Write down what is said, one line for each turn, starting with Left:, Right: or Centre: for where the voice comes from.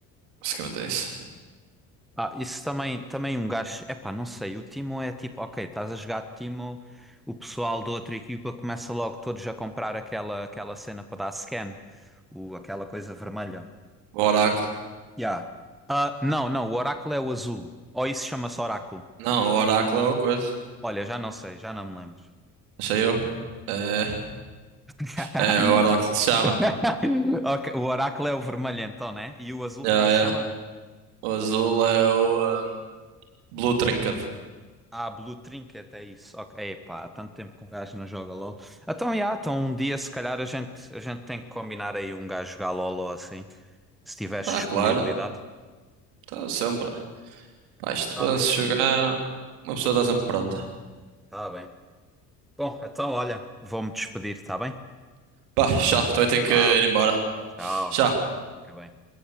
Right: basicamente é isso.
Centre: Ah, isso também, também um gajo. Epá, não sei. O Timo é tipo, ok, estás a jogar Timo, o pessoal da outra equipa começa logo todos a comprar aquela, aquela cena para dar scan, o, aquela coisa vermelha.
Right: O oráculo.
Centre: Yeah. Ah, não, não, o oráculo é o azul. Ou isso chama-se oráculo.
Right: Não, o oráculo é o coisa.
Centre: Olha, já não sei, já não me lembro.
Right: Achei eu. É,
Centre: <laughs>
Right: é é o oráculo que se chama.
Centre: <laughs> Ok, o oráculo é o vermelho então, né? E o azul
Right: Yeah,
Centre: como é que se
Right: yeah.
Centre: chama?
Right: O azul é o um, Blue Trinket.
Centre: Ah, Blue Trinket, é isso. Ok, Epá, há tanto tempo que um gajo não joga LOL. Então, já, então um dia se calhar a gente, a gente tem que combinar aí um gajo jogar LOL ou assim, se tiveres
Right: Pá,
Centre: disponibilidade.
Right: claro. Está sempre. Pá, isto
Centre: Tá
Right: para
Centre: bem,
Right: se jogar, uma pessoa está sempre pronta.
Centre: tá bem. Bom, então olha, vou-me despedir, tá bem?
Right: Pá, já, também tenho que
Centre: Vá,
Right: ir embora.
Centre: tchau.
Right: Já.
Centre: Fica bem.